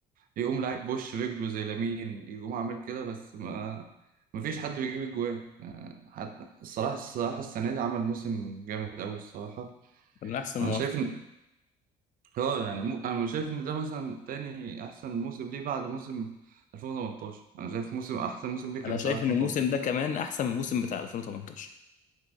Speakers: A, on the right; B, on the left.
A: يقوم لعيب بوش رجله زي لامين يقوم عامل كده بس ما مفيش حد بيجيب الجوان آه، حتى الصراحة الصراحة السنة دي عمل موسم جامد أوي الصراحة
B: من احسن
A: وأنا
B: مواسم
A: شايف إن هو يعني مو... أنا شايف إن ده مثلا تاني أحسن موسم ليه بعد موسم 2018 أنا شايف موسم أحسن موسم ليه كان
B: انا شايف
A: بتاع 2018
B: ان الموسم ده كمان احسن من الموسم بتاع 2018